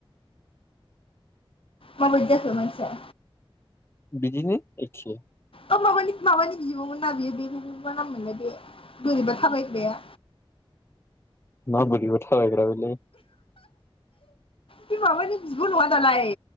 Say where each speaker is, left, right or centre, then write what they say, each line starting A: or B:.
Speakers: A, on the left; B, on the left.
A: माबायदि जाखो मानसिया?
B: बिदिनिनो एखे।
A: औ माबानि माबानि बिबमोन ना बियो बे बे मा नाममोनलाय बे बोरैबा थाबायग्राया
B: मा बोरैबा थाबायग्रा बेलाय
A: बे माबानि बिब' नङा दालाय